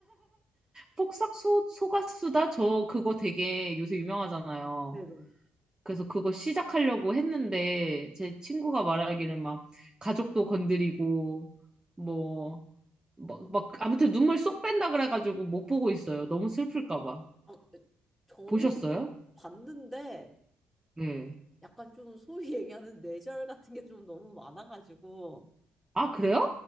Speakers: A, on the right (about 15°); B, in the centre.
A: 폭삭 소, 소가수다? 저 그거 되게 요새 유명하잖아요.
B: 네네.
A: 그래서 그거 시작하려고 했는데, 제 친구가 말하기를 막, 가족도 건드리고, 뭐, 막, 막, 아무튼 눈물 쏙 뺀다 그래가지고 못 보고 있어요. 너무 슬플까 봐.
B: 아, 저는
A: 보셨어요?
B: 봤는데
A: 네.
B: 약간 좀 소위 <laughs> 얘기하는 뇌절 같은 게 좀 너무 많아가지고
A: 아, 그래요?